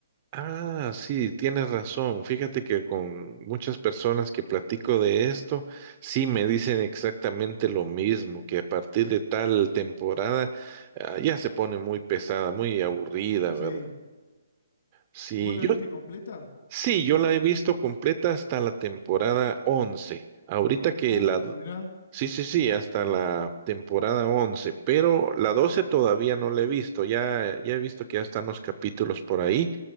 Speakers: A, on the right (about 20°); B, on the left (about 45°).
A: Ah, sí, tienes razón. Fíjate que con muchas personas que platico de esto, sí me dicen exactamente lo mismo, que a partir de tal temporada, ah, ya se pone muy pesada, muy aburrida,
B: Sí.
A: ¿verdad? Sí,
B: ¿Vos la
A: yo
B: viste completa?
A: Sí, yo la he visto completa hasta la temporada 11. Ahorita que
B: Uh,
A: la...
B: mirá.
A: Sí, sí, sí, hasta la temporada once. pero la 12 todavía no la he visto. Ya, ya he visto que ya están los capítulos por ahí.